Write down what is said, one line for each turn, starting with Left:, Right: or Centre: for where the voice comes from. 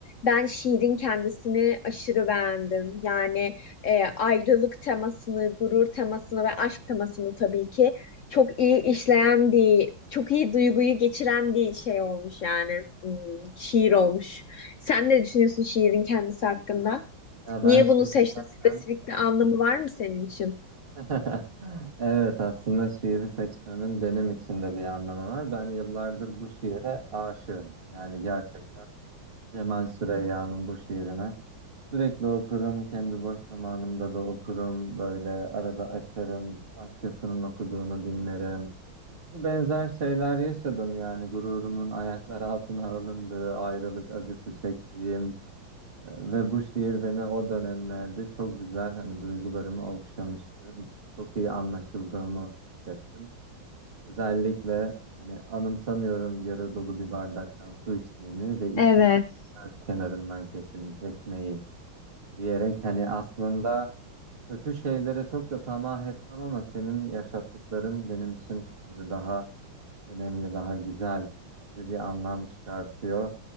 Left: ben şiirin kendisini aşırı beğendim. Yani e, ayrılık temasını, gurur temasını ve aşk temasını tabii ki çok iyi işleyen bir, çok iyi duyguyu geçiren bir şey olmuş yani Hmm, şiir olmuş. Sen ne düşünüyorsun şiirin kendisi hakkında?
Right: Ya ben
Left: Niye
Right: Şirin
Left: bunu seçtin?
Right: zaten
Left: Spesifik bir anlamı var mı senin için?
Right: <laughs> Evet aslında şiiri seçmemin benim için de bir anlamı var. Ben yıllardır bu şiire aşığım. Yani gerçekten Cemal Süreyya'nın bu şiirine. Sürekli okurum, kendi boş zamanımda da okurum. Böyle arada açarım, başkasının okuduğunu dinlerim. Benzer şeyler yaşadım yani gururumun ayaklar altına alındığı, ayrılık acısı çektiğim. Ve bu şiir beni o dönemlerde çok güzel hani duygularımı okşamıştı. Çok iyi anlaşıldığımı hissettim. Özellikle hani anımsamıyorum yarı dolu bir bardaktan su içtiğimi ve içim
Left: Evet.
Right: biraz kenarından kesilmiş ekmeği diyerek hani aslında kötü şeylere çok da tamah etmem ama senin yaşattıkların benim için böyle daha önemli, daha güzel gibi bir anlam çıkartıyor.